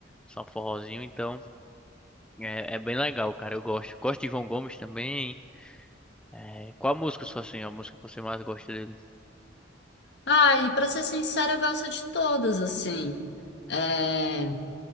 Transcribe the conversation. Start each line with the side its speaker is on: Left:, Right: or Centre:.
Centre: só um forrozinho. Então, é, é bem legal, cara. Eu gosto. Gosto de João Gomes também. É, qual a música, sua assim, a música que você mais gosta dele?
Left: Ah, e pra ser sincera, eu gosto de todas, assim. É,